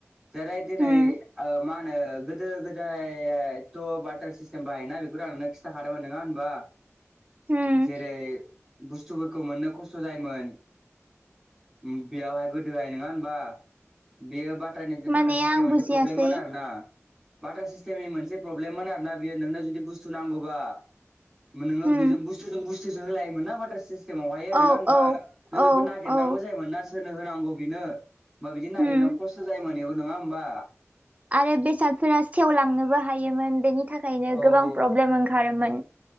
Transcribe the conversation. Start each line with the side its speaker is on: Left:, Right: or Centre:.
Centre: जेरै दिनै
Right: होम
Centre: ओ मा होनो गोदो गोदाय एथ' बाटार सिस्टेम बाहायोना बेखौथ' आंनो खिन्थाखादोंमोन नोङा होनबा?
Right: होम
Centre: जेरै बुस्थुफोरखौ मोननो खस्थ' जायोमोन। ओम बेयावहाय गोदोहाय नोङा होनबा बेयो बाथ' फरायनो
Right: माने
Centre: बाटार सिस्टेमाव
Right: आं बुजियासै
Centre: एसे प्रब्लेममोन आरो ना बाटार मोनसे प्रब्लेम आरो ना बियो नोंनो जुदि बुस्थु नांगौबा नोङो
Right: होम
Centre: बिजों बुस्थुजों बुस सोसो हालायोमोन ना बाटार सिस्टेमावहायो
Right: औ
Centre: नोङा होमबा
Right: औ
Centre: नों बेखौ
Right: औ
Centre: नागेरनांगौ
Right: औ
Centre: जायोमोन ना सोरनो होनांगौ बिनो होमबा बिदिनो नागिरनायाव
Right: होम
Centre: खस्थ' जायोमोन नङा होमबा।
Right: आरो बेसादफोरा सेवलां नोबो हायोमोन बेनि थाखायनो
Centre: औ
Right: गोबां प्रब्लेम ओंखारोमोन।